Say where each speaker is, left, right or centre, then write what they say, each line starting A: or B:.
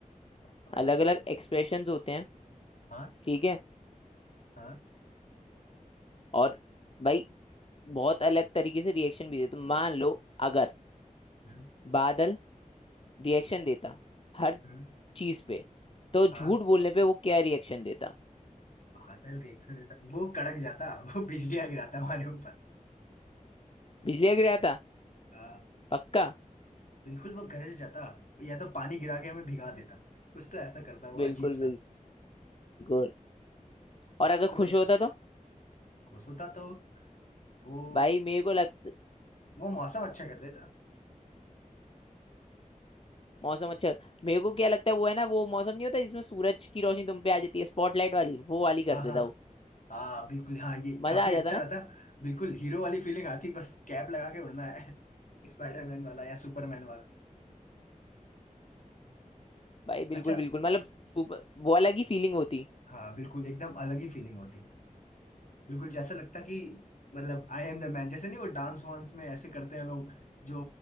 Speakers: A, on the left (about 70°); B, on the left (about 45°).
A: हाँ,
B: अलग
A: बिल्कुल
B: अलग एक्सप्रेशंस होते हैं
A: हाँ
B: ठीक है
A: हाँ
B: और भाई बहुत अलग तरीके से रिएक्शन भी देते तो मान लो अगर
A: हम्म,
B: बादल रिएक्शन देता हर
A: हम्म
B: चीज पे तो झूठ
A: हाँ
B: बोलने पे वो क्या रिएक्शन देता
A: बादल रिएक्शन देता वो कड़क जाता वो बिजलियां गिराता हमारे ऊपर
B: बिजली गिराता
A: हाँ
B: पक्का
A: बिल्कुल वो गरज जाता या तो पानी गिरा के हमें भिगा देता कुछ तो ऐसा करता वो
B: बिल्कुल
A: अजीब सा
B: बिल्कुल और अगर
A: तुम्हें
B: खुश
A: क्या
B: होता
A: लगता
B: तो
A: खुश होता तो वो
B: भाई मेरे को लगता
A: वो मौसम अच्छा कर देता
B: मौसम अच्छा मेरे को क्या लगता है वो है ना वो मौसम नहीं होता जिसमें सूरज की रोशनी तुम पे आ जाती है स्पॉटलाइट वाली वो वाली
A: हाँ
B: कर
A: हाँ
B: देता वो
A: हाँ बिल्कुल हाँ ये
B: मजा
A: काफी
B: आ
A: अच्छा
B: जाता
A: रहता
B: ना
A: बिल्कुल हीरो वाली फीलिंग आती बस कैप लगा के उड़ना है <laughs> स्पाइडरमैन वाला या सुपरमैन वाला
B: भाई बिल्कुल
A: अच्छा
B: बिल्कुल मतलब super- वो अलग ही फीलिंग होती
A: हाँ बिल्कुल एकदम अलग ही फीलिंग होती बिल्कुल जैसा लगता कि मतलब आई एम द मैन जैसे नहीं वो डांस वांस में ऐसे करते हैं लोग जो